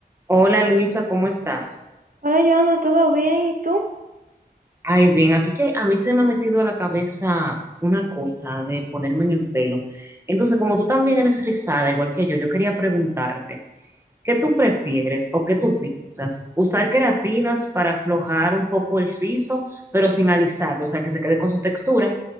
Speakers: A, on the right; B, on the right.
A: Hola Luisa, ¿cómo estás?
B: Hola, Joana, ¿todo bien? ¿Y tú?
A: Ay, bien, aquí que a mí se me ha metido a la cabeza una cosa de ponerme en el pelo. Entonces, como tú también eres rizada, igual que yo, yo quería preguntarte, ¿qué tú prefieres o qué tú piensas? ¿Usar queratinas para aflojar un poco el rizo, pero sin alisarlo, o sea, que se quede con su textura?